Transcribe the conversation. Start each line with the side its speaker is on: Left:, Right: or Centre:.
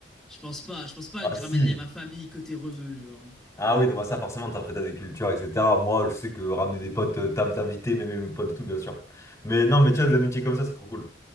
Centre: Je pense pas, je pense pas
Left: Ah,
Centre: que je
Left: si.
Centre: ramènerai ma famille côté rebeu, genre.
Left: Ah
Centre: Ah non.
Left: oui, non, bah ça, forcément, t'apprêtes à des cultures, etc. Moi, je sais que ramener des potes, euh, table d'invités, mais mes potes et tout, bien sûr. Mais non, mais tu vois, des amitiés comme ça, c'est trop cool.